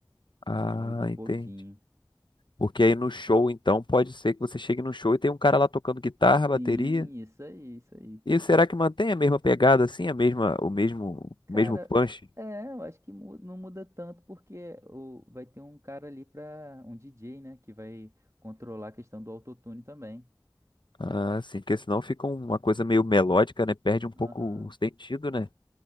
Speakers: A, on the left (about 80°); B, on the right (about 40°).
A: Ah,
B: muda um pouquinho.
A: entendi. Porque aí no show, então, pode ser que você chegue no show e tem um cara lá tocando guitarra, bateria.
B: Sim, isso aí, isso aí.
A: E será que mantém a mesma pegada assim, a mesma, o mesmo,
B: Cara,
A: o mesmo punch?
B: é, eu acho que mu- não muda tanto porque o, vai ter um cara ali pra. um DJ, né, que vai controlar a questão do autotune também.
A: Ah, sim, porque senão fica uma coisa meio melódica, né? Perde um pouco
B: Aham,
A: o sentido, né?